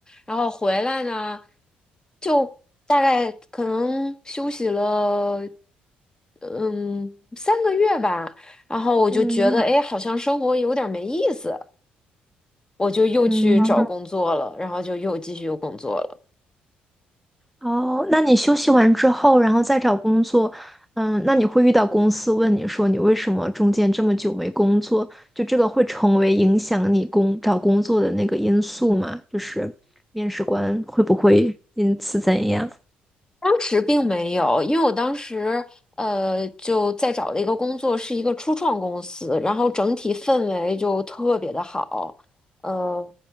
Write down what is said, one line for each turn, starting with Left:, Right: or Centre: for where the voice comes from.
Left: 然后回来呢，就大概可能休息了，嗯，三个月吧。然后我就觉得，
Centre: 嗯
Left: 哎，好像生活有点儿没意思。我就又去找工作了，
Centre: 嗯。
Left: 然后就又继续又工作了。
Centre: 哦，那你休息完之后，然后再找工作，嗯，那你会遇到公司问你说你为什么中间这么久没工作？就这个会成为影响你工找工作的那个因素吗？就是面试官会不会因此怎样？
Left: 当时并没有，因为我当时呃就在找的一个工作是一个初创公司，然后整体氛围就特别的好，呃，